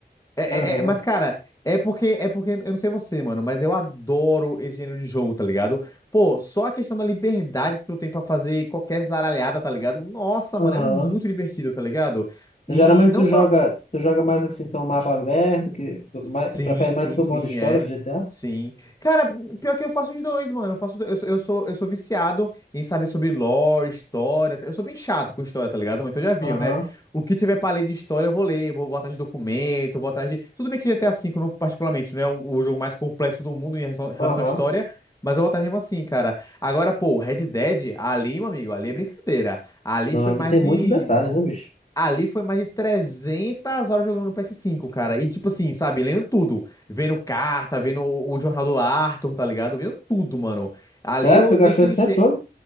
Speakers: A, on the left; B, on the left.
A: É,
B: Aham,
A: é- é- mas, cara, é porque, é porque, eu não sei você, mano, mas eu adoro esse gênero de jogo, tá ligado? Pô, só a questão da liberdade que tu tem pra fazer qualquer zaralhada, tá ligado? Nossa,
B: aham.
A: mano, é muito divertido, tá ligado?
B: Geralmente
A: E não
B: tu
A: só,
B: joga, tu joga mais assim, então mapa aberto, que tu mais,
A: Sim,
B: prefere
A: sim,
B: mais do que o
A: sim,
B: modo história
A: é.
B: do GTA?
A: Sim. Cara, pior que eu faço os dois, mano. Eu faço, os dois. eu sou, eu sou, eu sou viciado em saber sobre lore, história. Eu sou bem chato com história, tá ligado? Mas Então já viu,
B: Aham,
A: né? O que tiver pra ler de história, eu vou ler. Vou, vou atrás de documento, vou atrás de. Tudo bem que GTA V, não- particularmente, não é o, o jogo mais complexo do mundo em relação relação
B: aham.
A: à história, mas eu vou atrás mesmo assim, cara. Agora, pô, Red Dead, ali, meu amigo, ali é brincadeira. Ali
B: Não,
A: foi
B: ali
A: mais
B: tem
A: de
B: muito detalhe, né, bicho?
A: Ali foi mais de 300 horas jogando no PS5, cara. E, tipo assim, sabe? Lendo tudo. Vendo carta, vendo o, o jornal do Arthur, tá ligado? Vendo tudo, mano. Ali
B: Sério?
A: eu
B: Tu gastou
A: destrinchei.
B: esse tempo todo?